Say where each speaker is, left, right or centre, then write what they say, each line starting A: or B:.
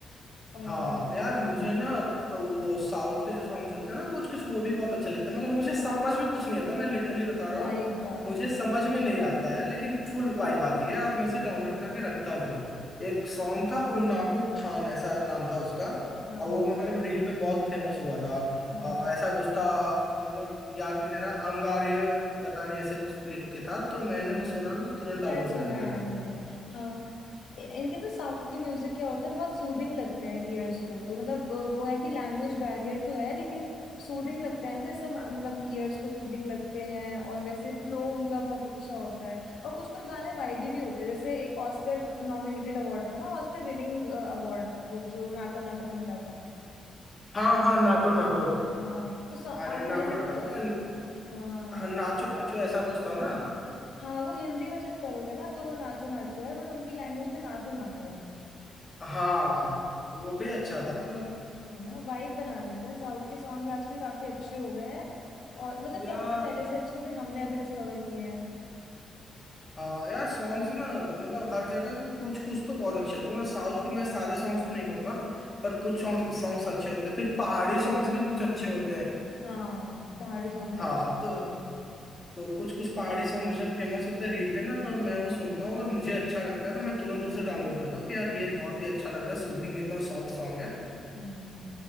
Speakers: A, on the left (about 60°); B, on the left (about 20°).
A: और
B: हाँ यार
A: हम्म,
B: मुझे ना तो वो साउथ के जो सॉन्ग्स होते हैं ना कुछ कुछ वो भी बहुत अच्छे लगते हैं मतलब मुझे समझ में कुछ नहीं आता मैं लिटरली बता रहा
A: वाइब
B: हूँ
A: हाँ
B: मुझे समझ में नहीं आता है लेकिन फुल वाइब आती है और मैं इसे
A: हाँ
B: डाउनलोड करके रखता भी हूँ एक सॉन्ग था उन्नाकू थान ऐसा नाम था उसका
A: हाँ
B: और वो मतलब रील पे बहुत फेमस हुआ था
A: हाँ
B: अ, ऐसा कुछ था मतलब याद नहीं आ रहा अंगारे पता नहीं ऐसे कुछ लिख के था तो मैंने
A: हम्म,
B: वो सुना ना तो तुरंत
A: शायद
B: डाउनलोड
A: सुना
B: कर लिया
A: है मैंने हाँ इ- इनके ना साउथ के म्यूजिक क्या होता है बहुत सूदिंग लगते हैं ईयर्स को तो मतलब अ, वो है कि लैंग्वेज बैरियर तो है लेकिन सूदिंग लगता है ना जैसे म- मतलब ईयर्स को सूदिंग लगते हैं और वैसे फ्लो उनका बहुत अच्छा होता है और कुछ कुछ गाने वाइबी भी होते हैं जैसे एक ऑस्कर नॉमिनेटेड अवार्ड था ना ऑस्कर विनिंग अवार्ड वो जो नाटो नाटो को मिला था
B: हाँ हाँ नाटो नाटो
A: हाँ तो सो-
B: अरे
A: अ, मैंने
B: नाटो नाटो
A: देखा है हाँ
B: हाँ नाचो नाचो ऐसा कुछ था ना
A: हाँ वो हिंदी में जब करोगे ना तो वो नाचो नाचो है बट उनकी लैंग्वेज में नाटू नाटू है
B: हाँ वो भी अच्छा था मतलब
A: है ना वाइब बना देते हैं साउथ के सॉन्ग आजकल काफी अच्छे हो गए हैं और मतलब
B: यार
A: क्या पता पहले से अच्छे थे हमने अभी डिस्कवर किए हैं
B: हाँ यार सॉन्ग्स ना मतलब हर जगह के कुछ कुछ तो बहुत अच्छे होते हैं ना साउथ के मैं सारे सॉन्ग्स तो नहीं कहूंगा पर कुछ सॉन्ग्स अच्छे होते हैं फिर पहाड़ी सॉन्ग्स भी कुछ अच्छे होते हैं
A: हाँ पहाड़ी सॉन्ग भी
B: हाँ
A: अच्छे होते
B: तो
A: हैं
B: तो कुछ कुछ पहाड़ी सॉन्ग्स जब फेमस होते हैं रील पे ना तो मैं वो सुनता हूँ अगर मुझे अच्छा लगता है तो मैं तुरंत उसे डाउनलोड करता हूँ कि यार ये बहुत ही अच्छा लग रहा है सूथिंग एकदम सॉफ्ट सॉन्ग है
A: हम्म,